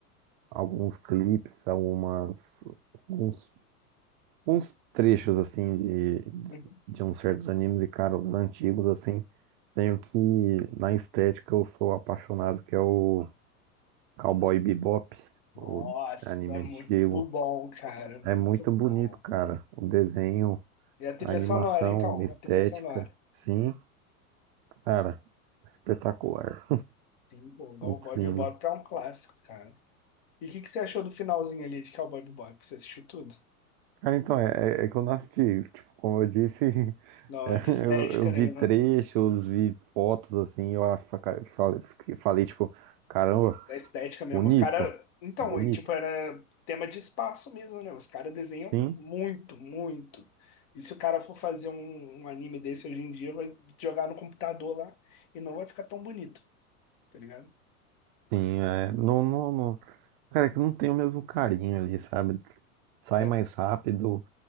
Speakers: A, on the right; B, on the left.
A: alguns clipes, algumas, alguns, uns trechos assim de,
B: Uhum.
A: de uns certos animes e, cara, os antigos assim. Tenho que, na estética, eu sou apaixonado, que é o Cowboy Bebop,
B: Nossa,
A: o anime
B: muito
A: antigo.
B: bom, cara, muito
A: É muito
B: bom.
A: bonito, cara. O desenho,
B: E a trilha
A: a animação,
B: sonora, então?
A: a estética.
B: A trilha sonora.
A: Sim, cara, espetacular.
B: Sim, pô, Cowboy
A: Muito lindo.
B: Bebop é um clássico, cara. E o que que você achou do finalzinho ali de Cowboy Bebop? Você assistiu tudo?
A: Cara, então, é, é é que eu não assisti. Tipo, como eu disse, <laughs>
B: Não,
A: é,
B: de estética,
A: eu, eu vi
B: nenhuma,
A: trechos,
B: né?
A: vi fotos assim, eu acho, cara, falei, fiquei- falei, tipo, caramba,
B: da estética mesmo.
A: bonito,
B: Os caras. Então,
A: bonito.
B: e, tipo, era tema de espaço mesmo, né? Os caras desenham
A: Sim,
B: muito, muito. E se o cara for fazer um, um anime desse hoje em dia, vai jogar no computador lá e não vai ficar tão bonito, tá ligado?
A: sim, é, não, não, não. Cara, é que não tem o mesmo carinho ali, sabe? Sai
B: Né?
A: mais rápido,